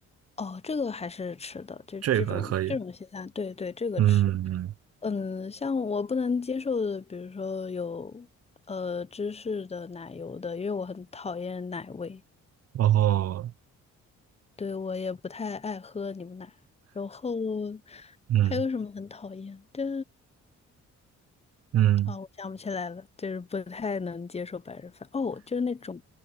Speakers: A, on the left (about 20°); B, on the right (about 55°).
A: 哦，这个还是吃的，这这种这种西餐，
B: 这个还可以，
A: 对对，这个吃。
B: 嗯嗯，
A: 嗯，像我不能接受的，比如说有呃芝士的、奶油的，因为我很讨厌奶味。
B: 然后
A: 对，我也不太爱喝牛奶。然后
B: 嗯
A: 还有什么很讨厌？的？
B: 嗯，
A: 啊、我想不起来了，就是不太能接受白人饭。哦，就是那种